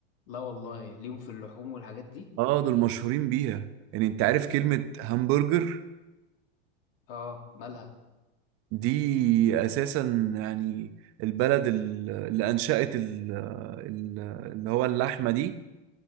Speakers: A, on the left; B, on the right.
A: لا والله ليهم في اللحوم والحاجات دي
B: اه دول مشهورين بيها يعني انت عارف كلمة همبرجر
A: اه مالها
B: دي اساسا يعني البلد ال- اللي انشأت ال- ال- اللي هو اللحمة دي